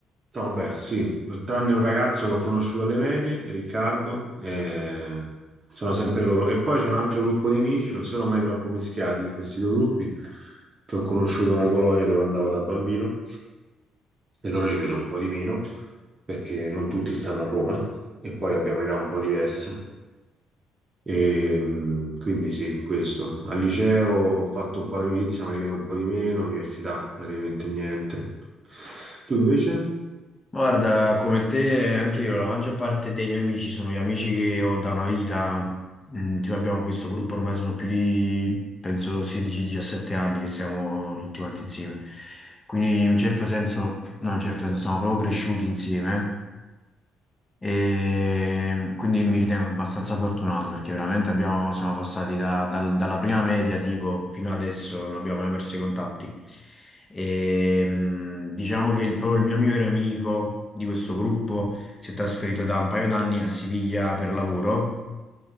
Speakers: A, on the right (about 35°); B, on the left (about 20°).
A: No, vabbè, sì, tranne un ragazzo che ho conosciuto alle medie, Riccardo, eh, sono sempre loro. E poi c'è un altro gruppo di amici, non sono mai troppo mischiati questi due gruppi, che ho conosciuto a una colonia dove andavo da bambino e loro li vedo un po' di meno perché non tutti stanno a Roma e poi abbiamo età un po' diverse. E, mh, quindi sì, questo. Al liceo ho fatto un po' di amicizia, ma li vedo un po' di meno, università praticamente niente. Tu invece?
B: Guarda, come te, anche io, la maggior parte dei miei amici sono gli amici che ho da una vita. Mm, tipo abbiamo questo gruppo ormai sono più di, penso, 16-17 anni che siamo tutti quanti insieme. Quindi in un certo senso, no, in un certo senso, siamo proprio cresciuti insieme. E quindi mi ritengo abbastanza fortunato perché veramente abbiamo- siamo passati da- dal- dalla prima media tipo fino adesso non abbiamo mai perso i contatti. E, mh, diciamo che il, proprio il mio migliore amico di questo gruppo si è trasferito da un paio d'anni a Siviglia per lavoro